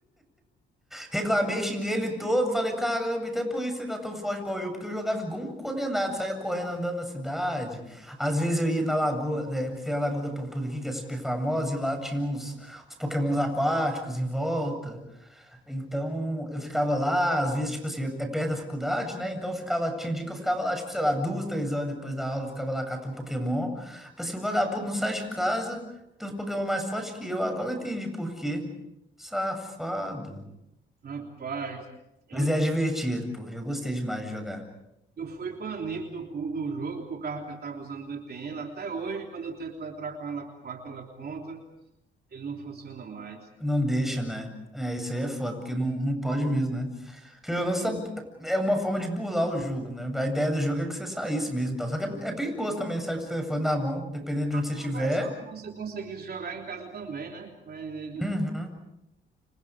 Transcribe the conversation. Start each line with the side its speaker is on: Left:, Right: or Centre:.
Centre: Reclamei, xinguei ele todo, falei, caramba, então é por isso que você tá tão forte igual eu, porque eu jogava igual um condenado, saía correndo andando na cidade. Às vezes eu ia na lagoa, né, que tem a Lagoa da Pampulha aqui, que é super famosa, e lá tinha uns, uns Pokémons aquáticos em volta. Então eu ficava lá, às vezes, tipo assim, é perto da faculdade, né? Então eu ficava, tinha dia que eu ficava lá, tipo, sei lá, duas, três horas depois da aula, eu ficava lá catando Pokémon. Falei assim, o vagabundo não sai de casa, tem uns Pokémon mais fortes que eu, agora eu entendi por quê. Safado.
Right: Rapaz, eu,
Centre: Mas é divertido, pô. Eu gostei demais de jogar.
Right: eu fui banido do, cu- do jogo por causa que eu tava usando VPN. Até hoje, quando eu tento entrar com ela, com aquela conta, ele não funciona mais.
Centre: Não deixa, né? É, isso aí é foda, porque não, não pode mesmo, né? Porque o lance tá- é uma forma de burlar o jogo, né? A ideia do jogo é que você saísse mesmo e tal. Só que é, é perigoso também, sair com o telefone na mão, dependendo de onde
Right: A
Centre: você estiver.
Right: versão que você conseguisse jogar em casa também, né? Mas eles não...
Centre: Uhum.